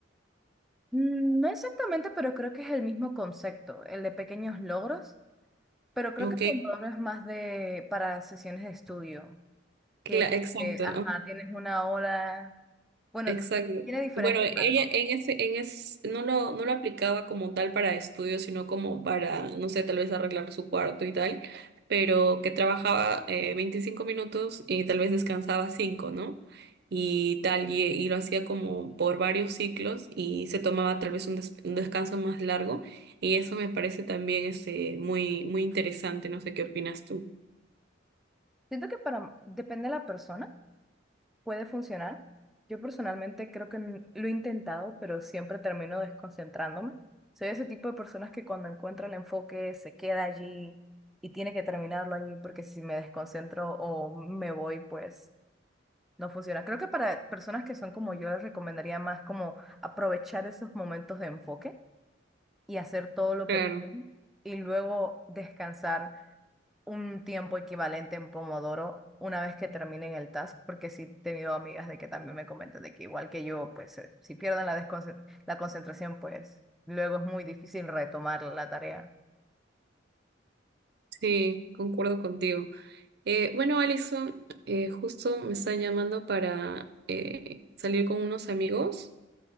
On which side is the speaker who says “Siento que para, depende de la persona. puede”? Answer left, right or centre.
Centre